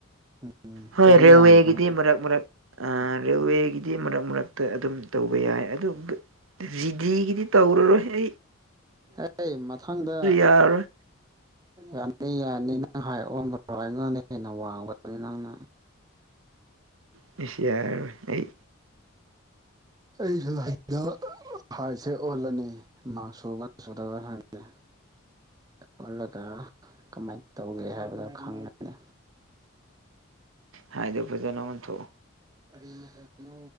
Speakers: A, on the right; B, on the right.
A: ꯎꯝ
B: ꯍꯣꯏ
A: ꯆꯍꯤ
B: ꯔꯦꯜꯋꯦꯒꯤꯗꯤ
A: ꯌꯥꯝꯕꯅꯦ
B: ꯃꯔꯛ ꯃꯔꯛ ꯔꯦꯜꯋꯦꯒꯤꯗꯤ ꯃꯔꯛ ꯃꯔꯛꯇ ꯑꯗꯨꯝ ꯇꯧꯕ ꯌꯥꯏ ꯑꯗꯨꯒ ꯖꯤꯗꯤꯒꯤꯗꯤ ꯇꯧꯔꯔꯣꯏꯍ
A: ꯑꯦ ꯃꯊꯪꯗ
B: ꯌꯥꯔꯔꯣꯏ
A: ꯌꯥꯝꯃꯤꯉꯏ ꯅꯪ ꯍꯥꯏ ꯑꯣꯟꯕ ꯉꯗ ꯍꯦꯟꯅ ꯋꯥꯡꯕꯗꯨꯅꯤ ꯅꯪꯅ
B: ꯅꯨꯡꯁꯤꯌꯥꯔ ꯑꯩ
A: ꯑꯩꯁꯨ ꯍꯗ ꯍꯥꯏꯁꯦ ꯑꯣꯜꯂꯅꯤ ꯃꯍꯥꯛ ꯁꯨꯕ꯭ꯔ ꯁꯨꯗꯕ ꯍꯥꯏꯗꯤ ꯑꯣꯜꯂꯒ ꯀꯃꯥꯏꯅ ꯇꯧꯒꯦ ꯍꯥꯏꯕꯗꯣ ꯈꯪꯒꯅꯤ
B: ꯍꯥꯏꯗ ꯐꯗ ꯅ ꯋꯥꯟ ꯊ
A: ꯀꯔꯤ ꯃꯈꯅꯣ